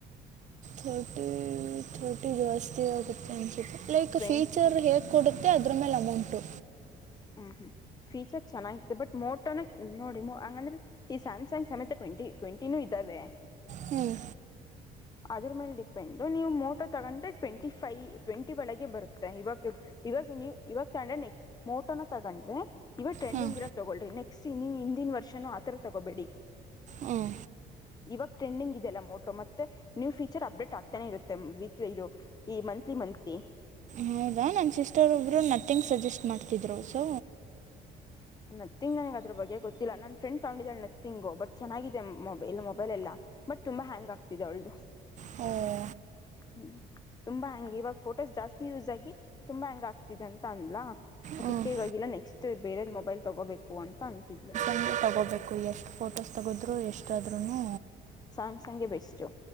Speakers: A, on the right; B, on the left.
A: ರ್ಟಿ ರ್ಟಿ ಜಾಸ್ತಿ ಆಗುತ್ತೆ ಅನ್ಸುತ್ತೆ ಲೈಕ್
B: ಟ್ವೆಂಟಿ
A: ಫೀಚರ್ ಹೇಗ್ ಕೊಡುತ್ತ ಮ ಅದ್ರ ಮೇಲೆ ಅಮೌಂಟು
B: ಹ್ಮ್ ಹ್ಮ್ ಫೀಚರ್ ಚೆನ್ನಾಗಿತೆ ಬಟ್ ಮೋಟೋನ ನೋಡಿ ಹಂಗಂದ್ರೆ ಈ ಸ್ಯಾಮ್ಸಂಗ್ ಸಮೇತಟ್ ಟ್ಂಟಿ ಟ್ವೆಂಟಿನು ಇದ್ದಾವೆ
A: ಹ್ಮ್
B: ಅದ್ರ ಮೇಲೆ ಡಿಪೆಂಡ್ ನೀವು ಮೋಟೋ ತಗೊಂಡ್ರೆ ಟ್ವೆಂಟಿ ಫೈ ಟ್ವೆಂಟಿ ಒಳಗೆ ಬರುತ್ತೆ ಇವಾಗ ಇವಾಗ ನೀವು ಇವಾಗ ತಗ್ರೆಸ್ಟ್ ಮೋಟೋನ ತಗೊಂಡ್ರೆ ಇವಾಗ ್ರೆಂಡಿಂಗ್
A: ಹಾಂ
B: ಇರೋ ತಗೋಳ್ರ ನೆಸ್ಟ್ ಎಕ್ಸ್ಟಿನಿ ಹಿಂದಿನ ವರ್ಷನೂ ಆ ಥರ ತೊಗೊಬೇಡಿ
A: ಹ್ಮ್
B: ಇವಾಗ ಟ್ರೆಂಡಿಂಗ್ ಇದೆಲ್ಲ ಮೋಟೋ ಮತ್ತೆ ನ್ೂ ಫೀಚರ್ ಅಪ್ಡೇಟ್ ಆಗ್ತಾನೆ ಇರುತ್ತೆ ವಿ ಇದು ಈ ಮತ್ ಮತ್ಲಿ ಮಂತ್ಿ
A: ಹೌದಾ ನನ್ನ ಸಿಸ್ಟರ್ ಒಬ್ರು ನತಿಿಂಗ್ ಸಜೆಸ್ಟ್ ಮಾಡ್ತಿದ್ರು ಸೊ
B: ನತ್ತಿಂಗ್ ನನಗ್ ಅದ್ರ ಬಗ್ಗೆ ಗೊತ್ತಿಲ್ಲ ನಾನನ್ ಫ್ರೆಂಡ್ ತಗೊಂಡಿದಳ ನತ್ತಿಂಗೋ ಬಟ್ ಚೆನ್ನಾಗಿದೆ ಮೊ ಇಲ್ಲ ಮೊಬೈಲ್ ಎಲ್ಲ ಬಟ್ ತುಂಬಾ ಹ್ಯಾಂಗ್ ಆಗ್ತಿದೆ ಅವಳು
A: ಹ್ಮ
B: ಹ್ಮ್ ತುಂಬಾ ಹ್ಯಾಂಗಗೆ ಇವಾಗ ಫೋಟೋಸ್ ಜಾಸ್ತಿ ಯೂಸ್ ಆಗಿ ತುಂಬಾ ಹೆ್ಯಾಂಗ್ ಆಗ್ತಿದೆ ಅಂತ ಅಂದಲಾ ಅದಕ್ಕೆ
A: ಹ್ಞೂ
B: ಇವಾಗಿಲ್ಲ ನೆಕ್ಸ್ಟ್ ಬೇರೆದ್ ಮೊಬೈಲ್ ತಗೋಬೇಕು ಅಂತ ಅಂತಿದ್ಲು
A: ಂಡ ತಗೋಬೇಕು ಎಷ್ಟ್ ಫೋಟೋಸ್ ತಗೋದ್ರು ಎಷ್ಟಾದ್ರುನು
B: ಸ್ಯಾಮ್ಸಂಗಗೆ ಬೆಸ್ಟ್ು